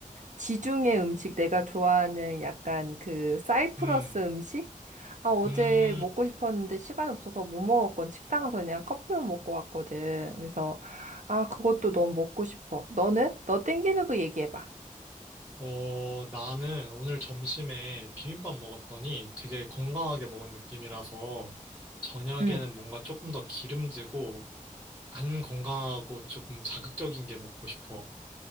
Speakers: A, on the right (about 60°); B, on the right (about 20°).
A: 지중해 음식 내가 좋아하는 약간 그 사이프러스
B: 음,
A: 음식? 아, 어제
B: 음.
A: 먹고 싶었는데 시간이 없어서 못 먹었건 식당 가서 그냥 커피만 먹고 왔거든. 그래서 아, 그것도 너무 먹고 싶어. 너는? 너 땡기는 거 얘기해 봐.
B: 어, 나는 오늘 점심에 비빔밥 먹었더니 되게 건강하게 먹은 느낌이라서 저녁에는
A: 응.
B: 뭔가 조금 더 기름지고 안 건강하고 조금 자극적인 게 먹고 싶어.